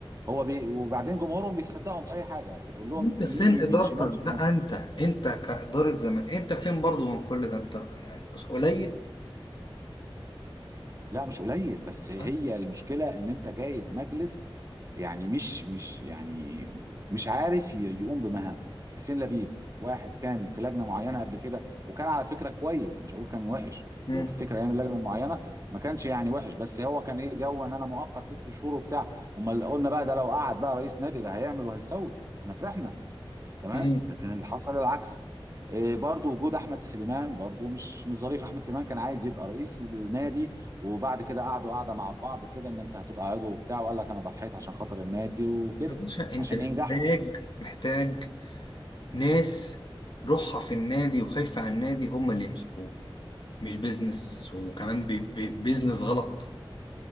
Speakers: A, on the right; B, on the left.
A: هو بي وبعدين جمهورهم بيصدقهم في اي حاجه تقول لهم
B: انت
A: يمين
B: فين
A: يمين
B: ادارتك
A: شمال
B: بقى
A: شمال
B: انت انت كاداره زمان انت فين برضو من كل ده انت يعني قليل
A: لا مش قليل بس هي
B: طيب.
A: المشكلة ان انت جايب مجلس يعني مش مش يعني مش عارف ي- يقوم بمهامه حسين لبيب واحد كان في لجنة معينة قبل كده وكان على فكرة كويس مش هقول كان وحش
B: مم.
A: لو تفتكر ايام اللجنة المعينة ما كانش يعني وحش بس هو كان ايه جو ان انا مؤقت ست شهور وبتاع امال قلنا بقى ده لو قعد بقى رئيس نادي ده هيعمل وهيسوي احنا فرحنا تمام
B: مم.
A: لكن اللي حصل العكس إيه، برضو وجود احمد سليمان برضو مش مش ظريف احمد سليمان كان عايز يبقى رئيس النادي وبعد كده قعدوا قعده مع بعض كده ان انت هتبقى عضو وبتاع وقال لك انا ضحيت عشان خاطر النادي وكده
B: يا باشا انت
A: عشان
B: محتاج
A: ينجحوا
B: محتاج ناس روحها في النادي وخايفة على النادي هم اللي يمسكوه مش بيزنس وكمان بي بي بيزنس غلط